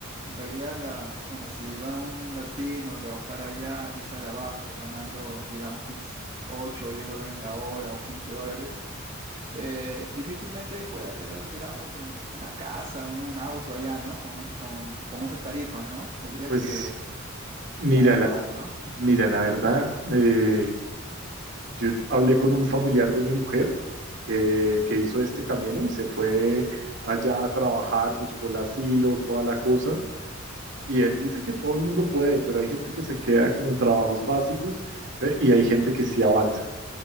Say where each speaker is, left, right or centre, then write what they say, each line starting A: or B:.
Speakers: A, on the right; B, on the right.
A: en realidad, la, bueno, si va un latino a trabajar allá, empieza de abajo, ganando, digamos, 15, 8 o 10 dólares la hora o 15 dólares, eh, difícilmente pueda tener, digamos, un- una casa, un, un auto allá, ¿no? Con, es- con, con esas tarifas, ¿no? Tendría
B: Pues
A: que
B: mira,
A: Ganar
B: la,
A: más, ¿no?
B: mira, la verdad, eh, yo hablé con un familiar de mi mujer que, que hizo este camino y se fue allá a trabajar, buscó el asilo, toda la cosa Y él dice que todo el mundo puede, pero hay gente que se queda como en trabajos básicos eh, y hay gente que sí avanza.